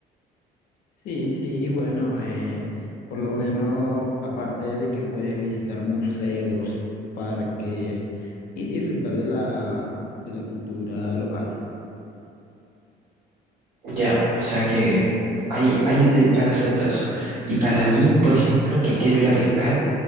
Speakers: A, on the left (about 65°); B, on the right (about 80°).
A: Sí, sí, bueno, eh, por lo menos aparte de que puedes visitar museos, parques y disfrutar de la, de la cultura local.
B: Ya, o sea que hay, hay de- para hacer todo eso. Y para mí, por ejemplo, que quiero ir a pescar,